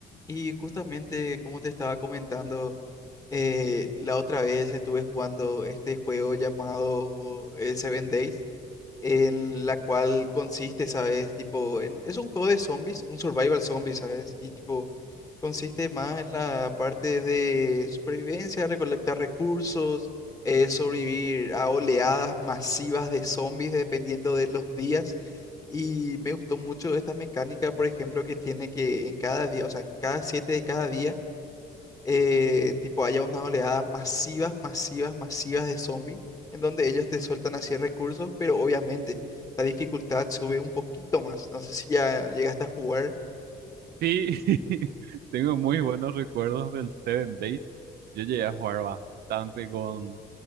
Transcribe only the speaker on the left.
Y justamente como te estaba comentando, eh, la otra vez estuve jugando este juego llamado eh, Seven Days, en la cual consiste, ¿sabes? Tipo, en- es un juego de zombies, un survival zombie, ¿sabes? Y tipo, consiste más en la parte de supervivencia, recolectar recursos, eh, sobrevivir a oleadas masivas de zombies dependiendo de los días. Y me gustó mucho esta mecánica, por ejemplo, que tiene que en cada día, o sea, en cada siete de cada día, eh, tipo, haya una oleada masivas, masivas, masivas de zombies, en donde ellos te sueltan así recursos, pero obviamente la dificultad sube un poquito más. No sé si ya llegaste a jugar.